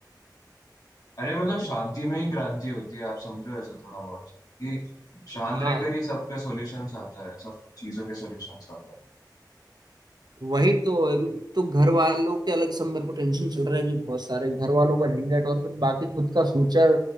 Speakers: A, on the left; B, on the right.
A: अरे मतलब शांति में ही क्रांति होती है आप समझो ऐसा थोड़ा बहुत कि शांत
B: हाँ
A: रहकर ही सबके सॉल्यूशंस आता है सब चीजों के सॉल्यूशंस आता
B: वही तो एक तो घर वालों के अलग सब मेरे को टेंशन चल रहा है अभी बहुत सारे घर वालों का झंझट और फिर बाकी खुद का फ्यूचर